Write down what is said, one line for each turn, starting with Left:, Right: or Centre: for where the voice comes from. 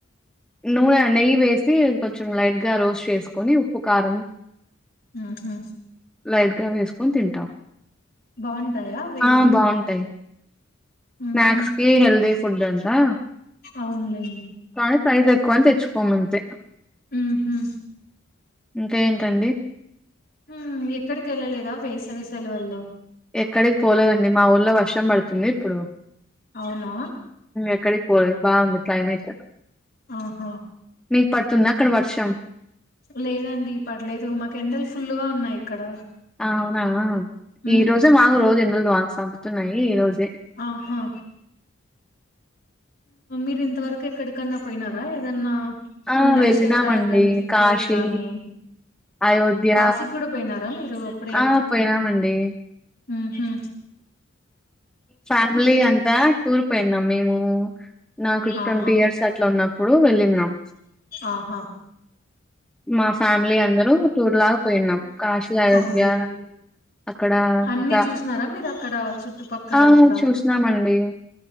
Centre: నూనె నెయ్యి వేసి కొంచెం లైట్ గా రోస్ట్ చేసుకొని ఉప్పు కారం
Left: ఆహా
Centre: లైట్ గా వేసుకొని తింటాం
Left: బాగుంటాయా అవి
Centre: ఆ బాగుంటాయి స్నాక్స్
Left: ఉహు
Centre: కి హెల్దీ ఫుడ్ అంతా
Left: అవునులేండి
Centre: కానీ ప్రైజ్ ఎక్కువని తెచ్చుకోమంతే
Left: ఉహు
Centre: ఇంకా ఏంటండి
Left: మ్ ఎక్కడికి వెళ్ళలేదా వేసవిసెలవల్లో
Centre: ఎక్కడికి పోలేదండి మా ఊర్లో వర్షం బడుతుంది ఇప్పుడు
Left: అవునా
Centre: ఎక్కడికి పోలేదు బాగుంది క్లైమేట్
Left: ఆహా
Centre: మీకు పడుతుందా అక్కడ వర్షం
Left: లేదండి పడలేదు మాకు ఎండలు ఫుల్ గా ఉన్నాయి ఇక్కడ
Centre: అవునా
Left: ఉమ్
Centre: ఈ రోజే మాకు రోజు దవా చంపుతున్నాయి ఈ రోజు
Left: ఆహా మీరు ఇంతవరకు ఎక్కడికన్నా పోయినారా ఏదన్నా
Centre: ఆ
Left: పుణ్యక్షేత్రాలకు
Centre: వెళ్ళినామండి
Left: గానీ ట్రిప్పులకు
Centre: కాశీ
Left: కానీ
Centre: అయోధ్య
Left: కాశీ గూడా పోయినారా మీరు అప్పుడే
Centre: ఆ పోయినామండి
Left: హుహు
Centre: ఫ్యామిలీ అంతా టూర్ పోయినం మేము నాకు
Left: ఆహా
Centre: ట్వంటీ ఇయర్స్ అట్లా ఉన్నప్పుడు వెళ్ళినం
Left: ఆహా
Centre: మా ఫ్యామిలీ అందరూ టూర్ లా పోయిన్నాం కాశీ అయోధ్య
Left: అవునులేండి
Centre: అక్కడ
Left: అన్ని
Centre: ఇంకా
Left: చూసినారా మీరు అక్కడ చుట్టుపక్కలంతా
Centre: ఆ చూసినామండి